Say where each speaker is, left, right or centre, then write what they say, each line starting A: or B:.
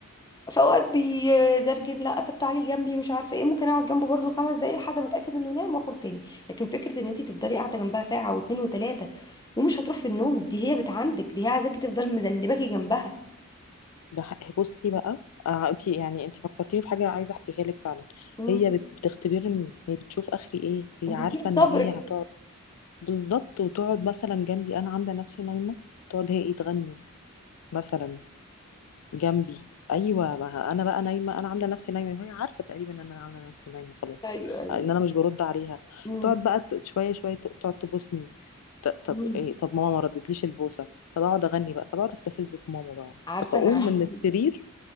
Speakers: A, on the left; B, on the left.
A: فاوقات بيزرجن لا طب تعالي جنبي مش عارفه ايه ممكن اقعد جنبه برضو خمس دقايق لحد ما اتاكد انه نام واخرج تاني لكن فكره ان انت تفضلي قاعده جنبها ساعه واتنين وتلاته ومش هتروح في النوم دي هي بت عندك دي هي عايزاكي تفضل مذنباكي جنبها
B: ده حق- بصي بقى آه انتي يعني انتي فكرتيني بحاجه عايزه احكيها لك فعلا
A: مم.
B: هي بت- بتختبرني هي بتشوف اخري ايه هي
A: وبتطير
B: عارفه ان
A: صبرك
B: هي هتقعد بالظبط وتقعد مثلا جنبي انا عامله نفسي نايمه تقعد هي ايه تغني مثلا جنبي ايوه ما ه- انا بقى نايمه انا عامله نفسي نايمه وهي عارفه تقريبا ان انا عامله نفسي نايمه خلاص
A: ايوه ايوه
B: ان انا مش برد عليها
A: مم.
B: تقعد بقى ت- شويه شويه ت- تقعد تبوسني ط- طب
A: مم.
B: ايه طب ماما ما ردتليش البوسه طب اقعد اغني بقى طب اقعد استفز في ماما بقى
A: عارفه
B: طب اقوم
A: انا عندي
B: من السرير